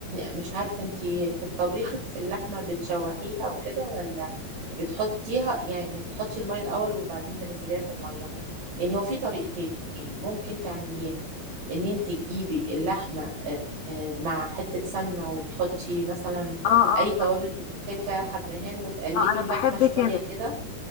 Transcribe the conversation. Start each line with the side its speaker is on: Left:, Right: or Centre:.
Right: مش عارفة انت في طبيخك في اللحمة بتشوحيها وكده ولا بتحطيها يعني بتحطي المية الأول وبعدين تنزليها في المية يعني هو في طريقتين ممكن تعمليها ان انت تجيبي اللحمة آه، آه، مع حتة سمنة وبتحطي مثلا
Left: اه اه
Right: أي توابل ممسكة حبهان وتقلبي
Left: اه انا
Right: اللحمة
Left: بحب
Right: شوية
Left: كده
Right: كده